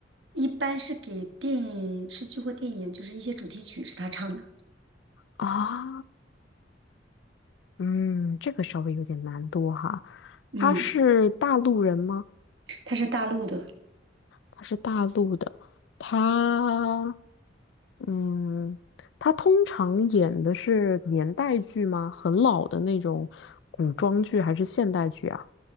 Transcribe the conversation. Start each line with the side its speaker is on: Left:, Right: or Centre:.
Right: 一般是给电视剧或电影，就是一些主题曲是他唱的。
Left: 啊，嗯，这个稍微有点难度哈。
Right: 嗯，
Left: 他是大陆人吗？
Right: 他是大陆的，
Left: 她是大陆的，她，嗯，她通常演的是年代剧吗？很老的那种古装剧还是现代剧啊？